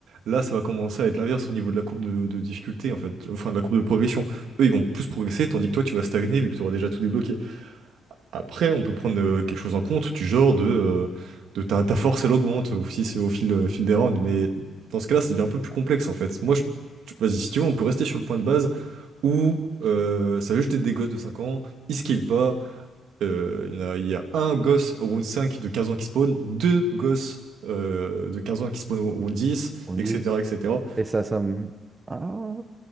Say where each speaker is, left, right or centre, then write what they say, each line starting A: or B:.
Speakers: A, on the right; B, on the right.
A: Là, ça va commencer à être l'inverse au niveau de la courbe de, de difficulté, en fait, enfin, de la courbe de progression. Eux, ils vont plus progresser, tandis que toi, tu vas stagner, vu que tu auras déjà tout débloqué. Après, on peut prendre euh, quelque chose en compte du genre de, euh, de ta, ta force, elle augmente aussi c'est au fil, euh, fil des rounds. Mais dans ce cas-là, ça devient un peu plus complexe en fait. Moi, je... tu- vas-y, si tu veux, on peut rester sur le point de base où euh, ça veut jeter des gosses de cinq ans, ils skillent pas. euh, il y en a, il y a un gosse au round 5 de 15 ans qui spawn, deux gosses euh, de 15 ans qui spawn au round 10,
B: On
A: etc.
B: dit,
A: etc.
B: et ça, ça me- Ah.